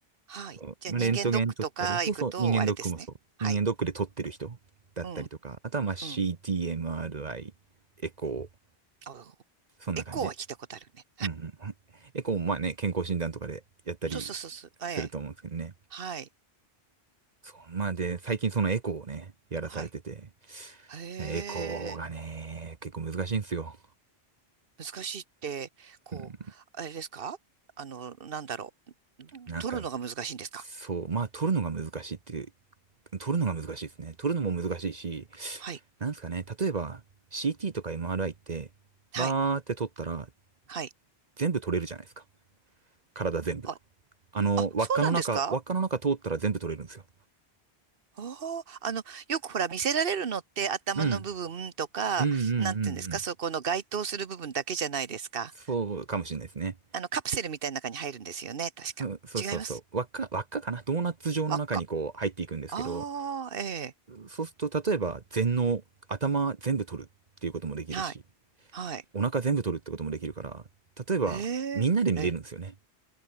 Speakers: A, on the right; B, on the right.
A: はい。
B: そうまあレントゲン撮ったり、
A: じゃあ人間ドックとか行くと、
B: そうそう、人間ドックもそう。
A: あれですね。はい。
B: 人間ドックで撮ってる人だったりとか、
A: うん、
B: あとはまあ CT、
A: うん。
B: MRI、エコー、
A: あ
B: そんな感じ。
A: エコーは聞いたことあるね。
B: うんうんうん。エコーもまあね、健康診断とかでやったり
A: そうそうそうそう。ええ。
B: すると思うんですけどね。
A: はい。
B: そう、まあで、最近そのエコーをね、やらされてて、
A: はい。へ
B: エコーがね、結構難しいんですよ。
A: 難しいって、こう、
B: うん、
A: あれですかあの、なんだろう。
B: なんか、
A: 取るのが難しいんですか
B: そう、まあ撮るのが難しいっていう、撮るのが難しいですね。撮るのも難しいし、
A: はい。
B: なんですかね、例えば CT とか MRI って、
A: はい。
B: バーって撮ったら
A: はい。
B: 全部撮れるじゃないですか。体全部。
A: あ、
B: あの、
A: あ、
B: 輪っかの中、
A: そうなんですか
B: 輪っかの中通ったら全部撮れるんですよ。
A: ああの、よくほら見せられるのって頭の部分とか、
B: うん。うんうんうんう
A: なんていうんですかそこの該当する部分だけじゃないですか。
B: ん。そうかもしれないですね。
A: あの、カプセルみたいな中に入るんですよね。確か。
B: うん、そうそうそう。
A: 違います。
B: 輪っか、輪っかかなドーナツ状の中にこう入っていくんですけど、
A: 輪っか。ああ、ええ。
B: そうすると、例えば全脳、頭全部取るっていうこともできるし、
A: はい。はい。
B: お腹全部取るってこともできるから、例えばみんなで見れるんですよね。
A: ええ。ええ。